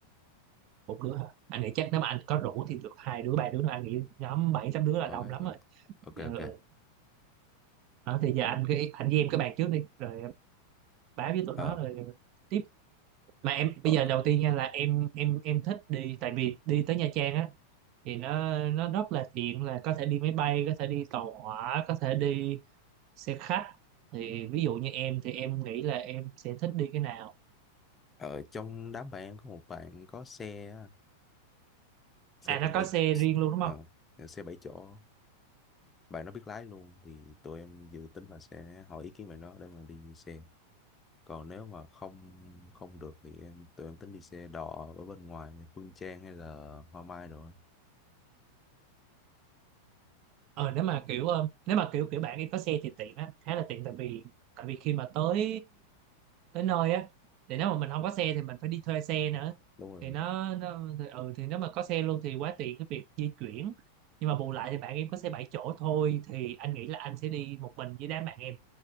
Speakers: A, on the right; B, on the left.
A: một đứa hả anh nghĩ chắc nếu mà anh có rủ thì được hai đứa ba đứa nữa anh nghĩ nhóm bảy tám đứa là
B: ok
A: đông lắm
B: ok
A: rồi
B: ok
A: Ờ,
B: ok
A: ừ. Ờ, thì giờ anh cứ anh với em cái bàn trước đi rồi em báo với tụi
B: ờ
A: nó rồi tiếp mà em
B: ở,
A: bây giờ đầu tiên nha là em em em thích đi tại vì đi tới Nha Trang á thì nó nó rất là tiện là có thể đi máy bay có thể đi tàu hỏa có thể đi xe khách thì ví dụ như em thì em nghĩ là em sẽ thích đi cái nào
B: ở trong đám bạn em có một bạn có xe á, xe
A: à
B: cũng
A: nó
B: bảy
A: có xe riêng luôn đúng
B: ờ
A: không
B: xe bảy chỗ bạn nó biết lái luôn thì tụi em dự tính là sẽ hỏi ý kiến bạn nó để mà đi xe còn nếu mà không không được thì em tụi em tính đi xe đò ở bên ngoài Phương Trang hay là Hoa Mai rồi
A: ờ nếu mà kiểu ờ, nếu mà kiểu kiểu bạn em có xe thì tiện á khá là tiện tại vì tại vì khi mà tới tới nơi á thì nếu mà mình không có xe thì mình phải đi thuê xe nữa
B: đúng rồi
A: thì nó, nó thì, ừ thì nếu mà có xe luôn thì quá tiện cái việc di chuyển nhưng mà bù lại thì bạn em có xe 7 chỗ thôi thì anh nghĩ là anh sẽ đi một mình với đám bạn em